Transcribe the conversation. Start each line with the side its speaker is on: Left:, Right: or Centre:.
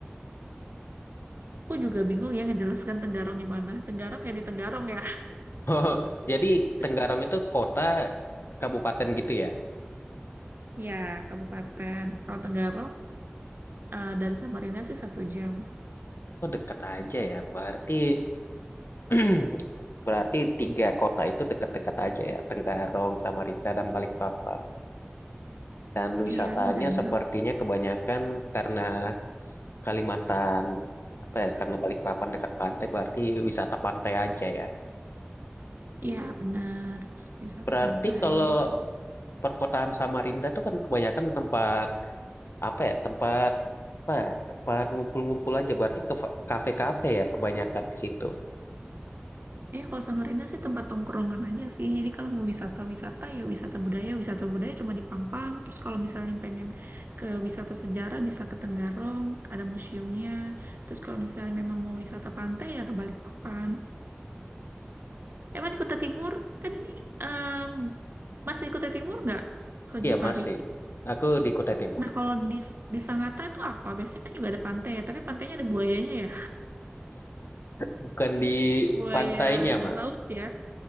Right: Aku juga bingung ya ngejelaskan Tenggarong di mana. Tenggarong ya di Tenggarong ya.
Left: <laughs> Jadi
Right: <laughs>
Left: Tenggarong itu kota kabupaten gitu ya?
Right: Ya, kabupaten. Kalau Tenggarong eh, dari Samarinda sih satu jam.
Left: Oh, dekat aja ya. Berarti <clears throat> berarti tiga kota itu dekat-dekat aja ya. Tenggarong, Samarinda, dan Balikpapan. Dan wisatanya
Right: Iya benar,
Left: sepertinya kebanyakan karena Kalimantan, apa ya, karena Balikpapan dekat pantai, berarti wisata pantai aja ya. Hmm,
Right: iya benar. Wisata
Left: Berarti
Right: pantai
Left: kalau
Right: gitu.
Left: perkotaan Samarinda tuh kan kebanyakan tempat apa ya? Tempat apa? ya, Tempat ngumpul-ngumpul aja. Berarti ke kafe-kafe ya kebanyakan ke situ.
Right: Eh kalau sama Rina sih tempat tongkrongan aja sih. Jadi kalau mau wisata-wisata ya wisata budaya, wisata budaya cuma di Pampang. Terus kalau misalnya pengen ke wisata sejarah bisa ke Tenggarong, ada museumnya. Terus kalau misalnya memang mau wisata pantai ya ke Balikpapan. Emang di Kota Timur kan ini em, masih di Kota Timur nggak, Kak
Left: Iya
Right: Givari?
Left: masih. Aku di Kutai Timur,
Right: Nah kalau di di Sangatta itu apa? Biasanya kan juga ada pantai ya, tapi pantainya ada buayanya ya?
Left: bukan di
Right: Buaya
Left: pantainya malah.
Right: laut ya?